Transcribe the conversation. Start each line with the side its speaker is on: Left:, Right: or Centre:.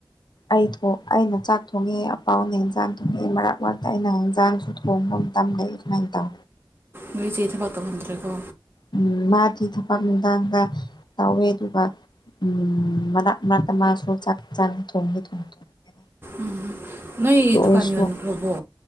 Left: ꯑꯩꯊꯣ ꯑꯩꯅ ꯆꯥꯛ ꯊꯣꯡꯉꯦ ꯑꯄꯥꯥꯎꯅ ꯏꯟꯖꯥꯡ ꯊꯣꯡꯉꯦ ꯃꯔꯛ ꯃꯔꯛꯇ ꯑꯩꯅ ꯍꯦꯟꯖꯥꯡꯁꯨ ꯊꯣꯡꯕꯝ ꯇꯝ ꯂꯩꯩ ꯀꯃꯥꯏ ꯇꯧ
Right: ꯅꯣꯏ ꯆꯦ ꯊꯕꯛ ꯇꯧꯗ꯭ꯔꯦꯀꯣ
Left: ꯎꯝ ꯃꯥꯗꯤ ꯊꯕꯛ ꯏꯒꯥꯡꯒ ꯇꯧꯋꯦ ꯑꯗꯨꯒ ꯎꯝ ꯃꯔꯛ ꯃꯔꯛꯇ ꯃꯥꯁꯨꯨ ꯆꯥꯡ ꯏꯖꯥꯡ ꯊꯣꯉꯦ ꯊꯣꯡ ꯊꯣꯡꯉꯦ
Right: ꯎꯝ ꯅꯣꯏ
Left: ꯑꯗꯨ
Right: ꯗꯨꯀꯥꯟ
Left: ꯑꯣꯏꯔꯁꯨ
Right: ꯌꯣꯟꯈ꯭ꯔꯕꯣ